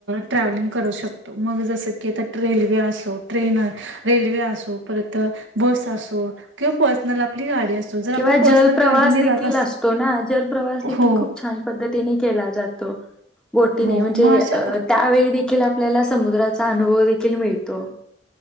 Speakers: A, on the right; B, in the centre.
A: ट्रॅव्हलिंग करू शकतो मग जस की आता रेल्वे असो ट्रेन रेल्वे असो परत बस असो किंवा पर्सनल आपली गाडी अस असो जर आपण
B: किंवा
A: पर्सनल
B: जलप्रवास
A: गाडीने
B: देखील
A: जात
B: असतो ना जलप्रवास देखील
A: हो
B: खूप छान पद्धतीने केला जातो. बोटीने
A: हो
B: म्हणजे
A: मग अशा
B: अ त्यावेळी देखील आपल्याला समुद्राचा अनुभव देखील मिळतो.